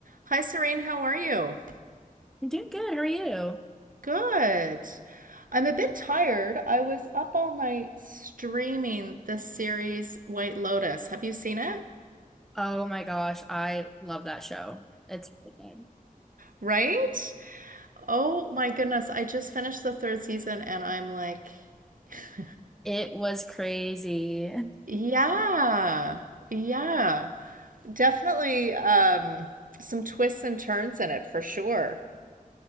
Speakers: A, on the right; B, in the centre.
A: Hi, Serene. How are you?
B: I'm doing good. How are you?
A: Good. I'm a bit tired. I was up all night streaming the series White Lotus. Have you seen it?
B: Oh my gosh, I love that show. It's really good.
A: Right? Oh my goodness. I just finished the third season and I'm like, <laughs>
B: It was crazy.
A: yeah, yeah. Definitely um, some twists and turns in it for sure.